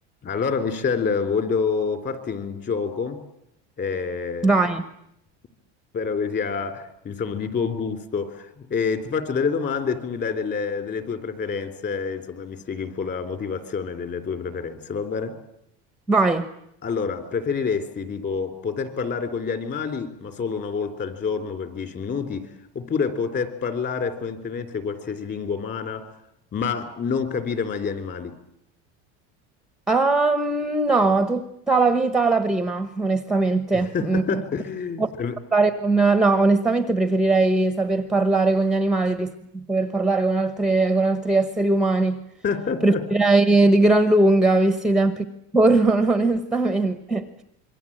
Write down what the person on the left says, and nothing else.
Allora, Michelle, voglio farti un gioco, eh,
spero che sia, insomma, di tuo gusto. Eh, ti faccio delle domande e tu mi dai delle, delle tue preferenze, insomma, e mi spieghi un po' la motivazione delle tue preferenze, va bene?
Allora, preferiresti tipo poter parlare con gli animali, ma solo una volta al giorno per 10 minuti, oppure poter parlare fluentemente qualsiasi lingua umana, ma non capire mai gli animali?
<laughs>
Pre-
<laughs>